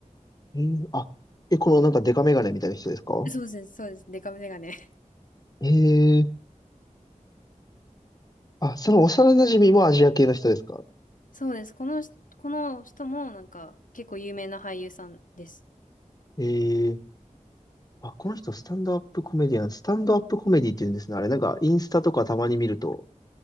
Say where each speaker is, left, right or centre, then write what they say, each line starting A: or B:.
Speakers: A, on the left (about 30°); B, on the left (about 80°).
A: えー、あ、え、このなんかデカメガネみたいな人ですか
B: そうです、そうです。デカメガネ。
A: ええー、あ、その幼馴染もアジア系の人ですか
B: そうです。この人、この人もなんか結構有名な俳優さんです。
A: ええー、あ、この人スタンドアップコメディアン、スタンドアップコメディって言うんですね。あれ、なんかインスタとかたまに見ると、